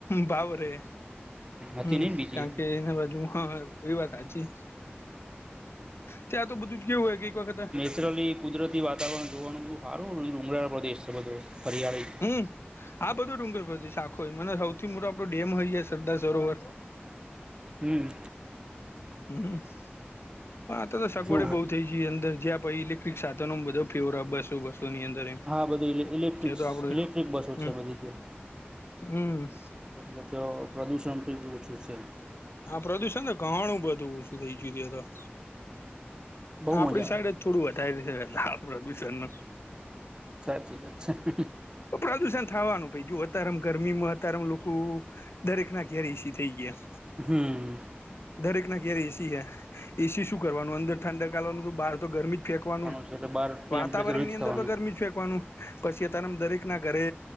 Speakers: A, on the left; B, on the right.
A: ભાવ રે
B: હતી
A: હમ
B: નહીં ને બીજી
A: કારણ
B: એટલે
A: કે એના બાજુ હા એ વાત સાચી ત્યાં તો બધું જ કેવું હોય કઈક વખતે
B: અચરલી કુદરતી વાતાવરણ જોવાનું બધું સારું ડુંગળાળો પ્રદેશ છે બધો હરિયાળી
A: હમ આ બધો ડુંગર પથી શાખોય મને સૌથી મોટો આપણો ડેમ હોય સરદાર સરોવર
B: હમ
A: હમ પણ આ તો તો સગવડે
B: કેવું
A: બહુ
B: હતું
A: થઈ જે અંદર જે આપ ઇલેક્ટ્રિક સાધનો બધો ફેવર બસો બસોની અંદર એમ
B: હા બધું ઇલેક્ટ્રિક
A: તે તો આપડે
B: ઇલેક્ટ્રિક બસો
A: હમ
B: છે બધી
A: હમ
B: એટલે તો પ્રદુષણ પણ ઓછું છે
A: આ પ્રદુષણ તો ઘણું બધુંું થઈ જુતું હત
B: બહુ
A: આપડી
B: મજા
A: સાઈડ
B: આવે
A: જ થોડું વધારે છે આપરાત બશાર ન
B: સાચી વાત છે
A: પ્રદુષણ થવાનું ભ જો અત્યારે આમ ગરમી માં અત્યારેમ લોકો દરેક ના ઘર એસી થઈ ગયા
B: હમ
A: દરેક ના ક્યારે એસી હે એસી શું કરવાનું અંદર ઠંડા કાવાનું બહાર તો ગરમી જ ફેંકવાનું
B: છે એટલે બહાર ટેમ્પરેચર
A: વાતાવરણની
B: હીટ
A: અંદર
B: થવાનું
A: તો ગરમી જ ફેંકવાનું પછી અત્યારેમ દરેક ના ઘરે